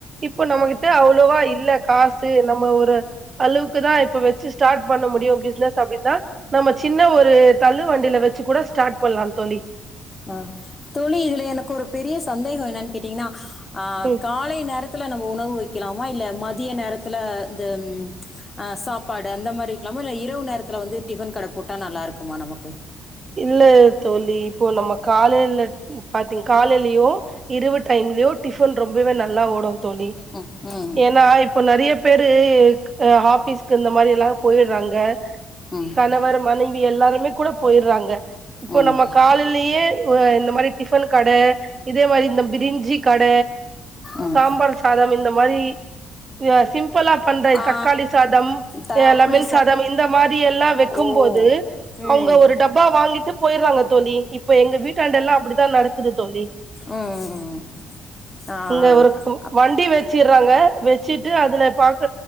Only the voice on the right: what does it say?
இப்போ நம்மகிட்ட அவளோவா இல்ல காசு நம்ம ஒரு அளவுக்கு தா இப்ப வச்சு ஸ்டாட் பண்ண முடியு பிஸ்னஸ் அப்டின்னா நம்ம சின்ன ஒரு தள்ளு வண்டில வச்சு கூட ஸ்டார்ட்பண்ணலாம் தோலி
ம்
இல்ல தோழி இப்போ நம்ம காலைல பாத்தீ காலேலயோ இருவு டைம்லயு டிஃபன் ரொம்பவே நல்லா ஓடு தோழி
ஏனா இப் இப்போ நிறைய பேரு இந்த ஆபிஸ்க் ப்ப இந்த மாரி எல்லா போயர்றாங்க
கணவர் மனைவி எல்லாருமே கூட போயர்றாங்க இப்போ
நம்ம காலிலயே ஒஅ இந்த மாரி டிஃபன் கட இதே மாரி இந்த பிரிஞ்சி கட
சாம்பார் சாதம் இந்த மாரி அ சிம்பிளா பண்ற
தக்காளி சாதம்
அ லெமன்
சாதம் இந்த மாதி எல்லா வெக்கும்போது
அவுங்க ஒரு டப்பா வாங்கிட்டு போய்ட்றாங்க தோழி யிப்ப யெங்க வீட்டாண்டல்லாம் அப்டிதா நடக்குது தோழி
இங்க ஒரு வண்டி வச்சுடுறாங்க வச்சுட்டு அதுல பாக்க